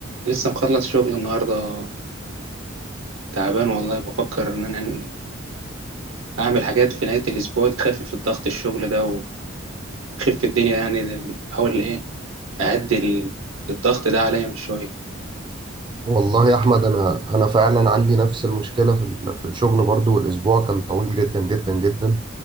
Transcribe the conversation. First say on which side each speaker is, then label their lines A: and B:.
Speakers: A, on the right (about 75°); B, on the right (about 25°).
A: لسه مخلص شغل النهاردة تعبان والله بفكر إن أنا أعمل حاجات في نهاية الأسبوع تخفف الضغط الشغل ده وتخف الدنيا يعني أحاول إيه أهدي ال- الضغط ده عليا من شوية
B: والله يا احمد انا انا فعلا عندي نفس المشكله في ال- في الشغل برضو والاسبوع كان طويل جدا جدا جدا